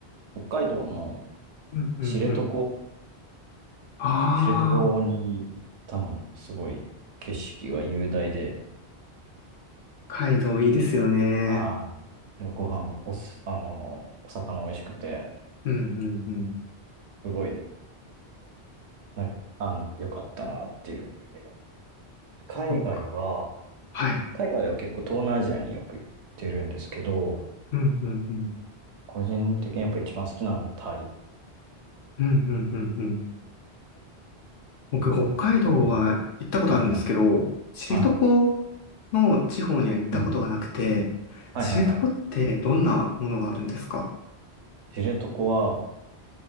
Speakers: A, on the right; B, on the left.
A: 北海道の
B: うん。うんうんうん。
A: 知床、
B: ああ、
A: 知床に行ったの、すごい景色が雄大で、
B: 北海道いいですよね。
A: はい。で、ご飯もおす、あの、お魚美味しくて、
B: うんうんうん。
A: すごい、なんか、あの、良かったなっていう思い出が。海外は、
B: そっかはい。
A: 海外は結構東南アジアによく行ってるんですけど、
B: うんうんうん。
A: 個人的にやっぱ一番好きなのはタイ
B: うんうんうんうん。僕、北海道は行ったことあるんですけど、
A: だけど。うん。はいはい。
B: 知床
A: はい。
B: の地方には行ったことがなくて、
A: うんうんはいはいはい。
B: 知床ってどんなものがあるんですか
A: 知床は、